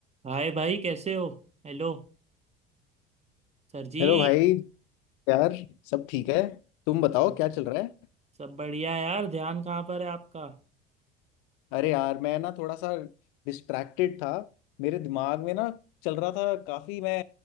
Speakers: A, on the right; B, on the left.
A: हाय भाई कैसे हो हेलो सर जी
B: हेलो भाई यार सब ठीक है तुम बताओ
A: सब
B: क्या चल रहा है
A: सब बढ़िया यार ध्यान कहाँ पर है आपका
B: अरे यार मैं ना थोड़ा सा डिस्ट्रैक्टेड था मेरे दिमाग में ना चल रहा था काफी मैं